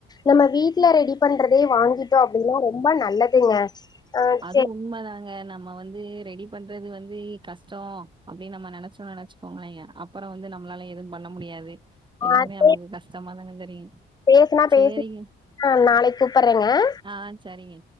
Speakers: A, on the left; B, on the right.
A: நம்ம வீட்ல ரெடி பண்றதே வாங்கிட்டோ அப்டின்னா ரொம்ப நல்லதுங்க ஆ
B: அது
A: சேரி
B: உண்ம தாங்க நம்ம வந்து ரெடி பண்றது வந்து கஷ்டோ அப்டின் நம்ம நென ச்சோன் வெச்சுக்கோங்களே அப்பற வந்து நம்மளால எது பண்ண முடியாது எல்லாமே
A: ஆ சேரி
B: நமக்கு கஷ் டமாதான தெரியு
A: பேசுனா
B: சேரிங்க
A: பேசி ஆ நாளைக்கு கூப்பட்றேங்க
B: ஆ சரிங்க